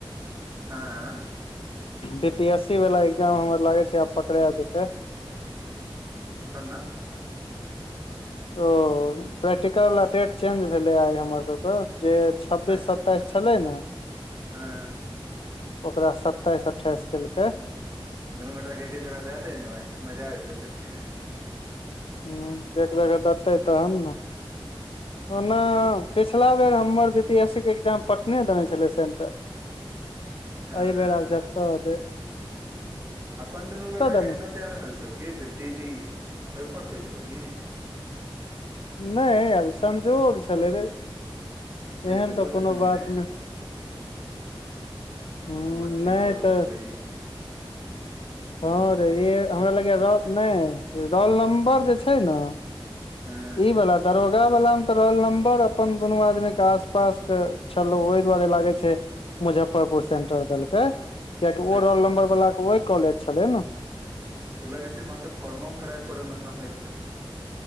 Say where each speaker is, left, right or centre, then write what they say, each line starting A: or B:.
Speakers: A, on the right; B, on the left.
A: <unintelligible>
B: बी पी एस सी वाला एग्जाम हमर लागे छै आब पकड़ा जेते
A: कऽ ना
B: ओ प्रैक्टिकल वला डेट चेंज भेलै आइ हमर सभ कऽ जे छब्बीस
A: अच्छा
B: सताइस छलै न <inaudible>
A: हँ
B: ओकरा सत्ताइस अट्ठाइस केलकै
A: दुनू गोटाे के एके जगह दए देै ने भाय मजा आबि जेतै फेर
B: ह एक जगह देतै तहन ने ओना
A: हूं
B: पिछला बेर हमर बी पी एस ए्जाम पटने देने छलै सेंटर
A: अं
B: एहि बेर आब जेते दै
A: अपन दुनू गोटा
B: देने
A: के एन्ना दए रहल छौ कि जे डी डी ओहिपर दै छौ कि
B: नय संजोक छलले रे,
A: हे
B: एहन
A: दूगो
B: तऽ कोनो
A: मिललै
B: बात
A: ने
B: नय हु
A: समस्तीपुर
B: नै तऽ
A: भेलै ई
B: हँ रे ई हमरा लगय र नय रोल नम्बर जे छै ने
A: हँ
B: ईवला दरो दरोगा वला मे तऽ रोल नम्बर अपन दुनू आदमी के आस पास क छलो ओहि दुआरे लागे छै मुजफ्फरपुर सेन्टर देलकै कियकि ओ
A: अच्छा
B: रोल नम्बर बलाके ओहि कॉलेज छलै ने
A: तू लागै छै तहन तऽ फर्मो भाड़ा पड़ न होइत हेतै